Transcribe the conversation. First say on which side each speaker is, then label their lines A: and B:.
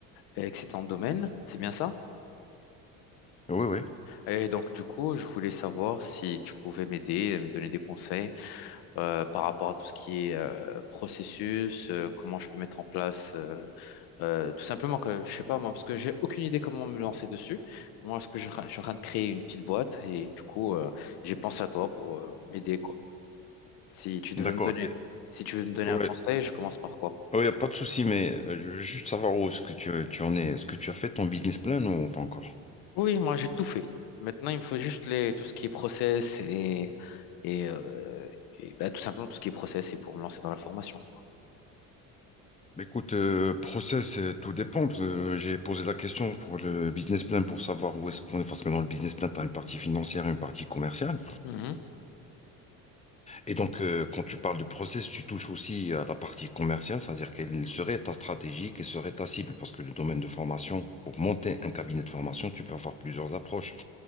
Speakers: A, on the left; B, on the left.
A: et que c'est ton domaine, c'est bien ça?
B: Oui, oui,
A: Et donc, du coup, je voulais savoir si tu pouvais m'aider, me donner des conseils, euh, par rapport à tout ce qui est euh, processus, euh, comment je peux mettre en place, euh, euh, tout simplement que je sais pas moi, parce que j'ai aucune idée comment me lancer dessus. Moi, ce que je, je suis en train de créer une petite boîte et du coup, euh, j'ai pensé à toi pour euh, m'aider quoi. Si tu devais
B: d'accord.
A: me donner,
B: Et-
A: si tu veux me donner
B: Ouais,
A: un conseil, je commence par quoi?
B: ouais, y a pas de souci, mais euh, je veux juste savoir où est-ce que tu, tu en es. Est-ce que tu as fait ton business plan ou pas encore?
A: Oui, moi j'ai tout fait. Maintenant, il me faut juste les, tout ce qui est process et, et, euh, et, bah, tout simplement tout ce qui est process et pour me lancer dans la formation quoi.
B: Écoute, euh, process, euh, tout dépend. parce que euh, j'ai posé la question pour le business plan pour savoir où est-ce qu'on est. Parce que dans le business plan, tu as une partie financière et une partie commerciale.
A: Mhm,
B: Et donc, euh, quand tu parles de process, tu touches aussi à la partie commerciale, c'est-à-dire quelle serait ta stratégie, quelle serait ta cible. Parce que le domaine de formation, pour monter un cabinet de formation, tu peux avoir plusieurs approches.